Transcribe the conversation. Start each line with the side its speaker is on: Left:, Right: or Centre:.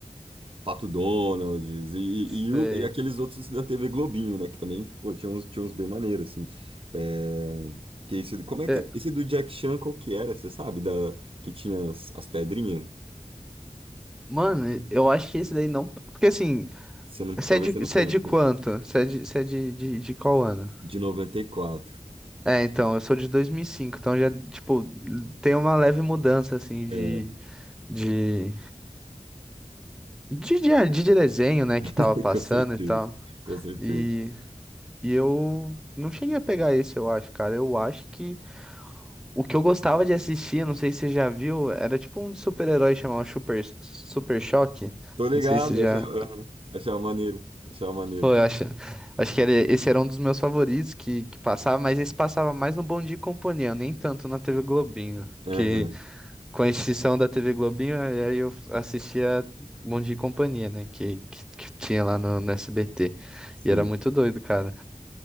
Right: Pato Donald e, e,
Centre: Sei.
Right: e o- e aqueles outros da TV Globinho, né? Que também, pô, tinha uns, tinha uns bem maneiros, assim. É, que esse, como é
Centre: É,
Right: que é? Esse do Jack Chan, qual que era? Você sabe? Da, que tinha as, as pedrinhas?
Centre: mano, eu acho que esse daí não. Porque assim,
Right: Você não,
Centre: Você
Right: talvez
Centre: é de,
Right: você
Centre: você
Right: não conheça.
Centre: é de quanto? Você é de, você é de, de, de qual ano?
Right: De noventa e quatro.
Centre: É, então, eu sou de 2005, então já, tipo, tem uma leve mudança, assim, de,
Right: É,
Centre: de, de, de, de desenho, né,
Right: <laughs>
Centre: que tava passando
Right: com certeza.
Centre: e tal.
Right: Com certeza.
Centre: E, e eu não cheguei a pegar esse, eu acho, cara. Eu acho que o que eu gostava de assistir, não sei se você já viu, era tipo um de super-herói chamado Super, Super Choque.
Right: Tô ligado,
Centre: Não sei se
Right: eu
Centre: já.
Right: achava, aham, achava maneiro. Achava maneiro.
Centre: Pô, eu acho, acho que era, esse era um dos meus favoritos que, que passava, mas esse passava mais no Bom Dia e Companhia, nem tanto na TV Globinho.
Right: Aham,
Centre: Que com a extinção da TV Globinho, aí aí eu assistia Bom Dia e Companhia, né? Que, que, que tinha lá no, no SBT.
Right: sim.
Centre: E era muito doido, cara.